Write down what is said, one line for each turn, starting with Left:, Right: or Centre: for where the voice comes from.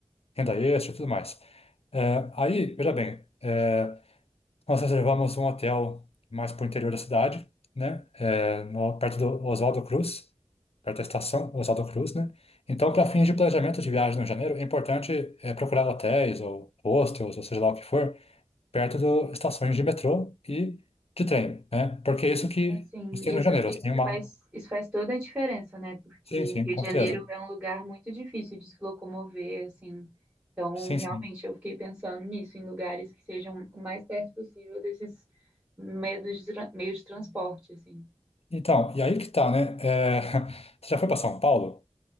Left: renda extra e tudo mais. É, aí, veja bem. eh, nós reservamos um hotel mais para o interior da cidade, né? É, no- perto do Oswaldo Cruz, perto da estação Oswaldo Cruz, né? Então, para fins de planejamento de viagem no janeiro, é importante é, procurar hotéis ou hostels, ou seja lá o que for, perto de estações de metrô e de trem, né? Porque é isso que
Right: Assim,
Left: você
Right: isso,
Left: tem no janeiro.
Right: isso
Left: Você tem uma...
Right: faz, isso faz toda a diferença, né? Porque
Left: Sim, sim,
Right: Rio
Left: com
Right: de Janeiro
Left: certeza.
Right: é um lugar muito difícil de se locomover, assim. Então,
Left: Sim,
Right: realmente,
Left: sim.
Right: eu fiquei pensando nisso, em lugares que sejam o mais perto possível desses meios de, tra- meios de transporte, assim.
Left: Então, e aí que tá, né? É, <laughs> Você já foi para São Paulo,